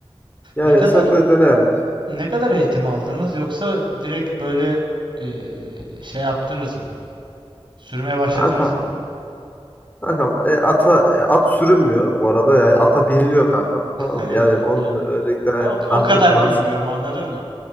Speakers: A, on the left; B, on the right.
A: Yani
B: Ne kadar
A: sen de dene yani.
B: ne kadar eğitim aldınız yoksa direkt böyle eee, şey yaptınız mı? Sürmeye başladınız
A: Kanka,
B: mı?
A: kankam e, ata e, at sürülmüyor bu arada yani ata biniliyor kankam
B: <laughs>
A: tamam
B: Eyvallah,
A: mı? Yani onun
B: eyvallah.
A: özellikle
B: Ya O, o
A: bahs-
B: kadar
A: bahsediyorum.
B: bilmiyorum anladın mı?